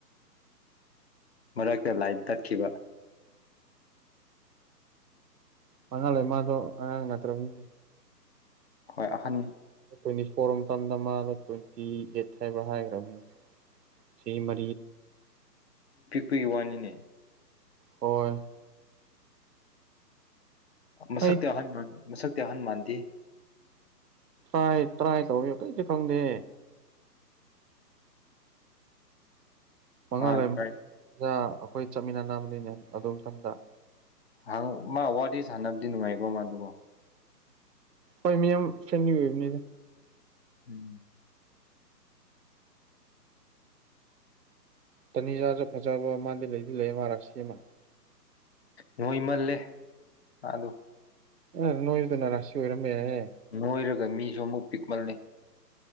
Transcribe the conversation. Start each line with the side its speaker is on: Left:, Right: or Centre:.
Left: ꯃꯔꯛꯇ ꯂꯥꯏꯟ ꯇꯠꯈꯤꯕ
Right: ꯃꯉꯥꯜꯂꯩꯃꯥꯗꯣ ꯑꯉꯥꯡ ꯅꯠꯇ꯭ꯔꯥꯕꯅꯦ
Left: ꯍꯣꯏ ꯑꯍꯟ
Right: ꯇ꯭ꯋꯦꯟꯇꯤ ꯐꯣꯔ ꯃꯇꯝꯗ ꯃꯥꯅ ꯇ꯭ꯋꯦꯟꯇꯤ ꯑꯦꯠ ꯍꯥꯏꯕ ꯍꯥꯏꯈ꯭ꯔꯕꯅꯤ ꯁꯤ ꯃꯔꯤ
Left: ꯀ꯭ꯔꯤ ꯋꯥꯅꯤꯅꯦ
Right: ꯍꯣꯢ
Left: ꯃꯁꯛꯇꯤ
Right: ꯑꯩ
Left: ꯑꯍꯟ ꯃꯥꯟ ꯃꯁꯛꯇꯤ ꯑꯍꯟ ꯃꯥꯟꯗꯦ
Right: ꯇ꯭ꯔꯥꯢ ꯇ꯭ꯔꯥꯏ ꯇꯧꯕꯤꯌꯣ ꯀꯥꯔꯤꯁꯨ ꯈꯪꯗꯦ ꯃꯉꯥꯜꯂꯩ
Left: ꯃꯥ
Right: <unintelligible>
Left: ꯈꯔ
Right: ꯗ ꯑꯩꯈꯣꯏ ꯆꯠꯃꯤꯟꯅꯅꯕꯅꯤꯅꯦ ꯑꯗꯨꯃꯇꯝꯗ
Left: ꯍꯪ ꯃꯥ ꯋꯥꯔꯤ ꯁꯥꯟꯅꯕꯗꯤ ꯅꯨꯡꯉꯥꯏꯀꯣ ꯃꯗꯨꯀꯣ
Right: ꯍꯣꯏ ꯃꯤꯌꯥꯝ ꯐ꯭ꯔꯦꯟꯂꯤ ꯑꯣꯏꯕꯅꯤꯗ
Left: ꯎꯝ
Right: ꯇꯅꯤꯖꯥꯁꯨ ꯐꯖꯕ ꯃꯥꯗꯤ ꯂꯩꯗꯤ ꯂꯩ ꯃꯥꯥꯔꯥꯁꯤ ꯑꯃ
Left: ꯅꯣꯏꯃꯜꯂꯦ ꯃꯥꯗꯨ
Right: ꯑ ꯅꯣꯏ ꯕꯗꯨꯅ ꯔꯥꯁꯤ ꯑꯣꯏꯔꯝꯕ ꯌꯥꯏꯍꯦ
Left: ꯅꯣꯏꯔꯒ ꯃꯤꯁꯨ ꯑꯃꯨꯛ ꯄꯤꯛꯃꯜꯂꯦ